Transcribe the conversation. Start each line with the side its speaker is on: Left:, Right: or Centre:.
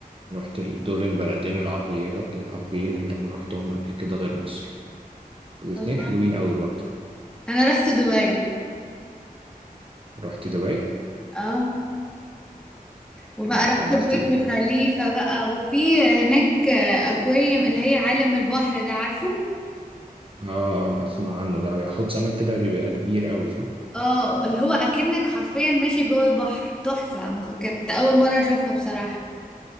Right: رحت ال- دول البلدين العربية العربيين اللي انا رحتهم قبل كده غير مصر الاتنين
Centre: الله
Right: حلوين قوي برضو
Centre: انا رحت دبي
Right: رحت دبي
Centre: اه وبقى
Right: آه،
Centre: رحت
Right: عملت
Centre: برج
Right: ايه
Centre: خليفة بقى وفي هناك آه، اكواريوم اللي هي عالم البحر ده عارفه
Right: اه آه، اسمع عنه ده بيحط سمك كده بيبقى كبير قوي صح
Centre: اه اللي هو اكنك حرفيا ماشي جوه البحر تحفة مك- كانت اول مرة اشوفها بصراحة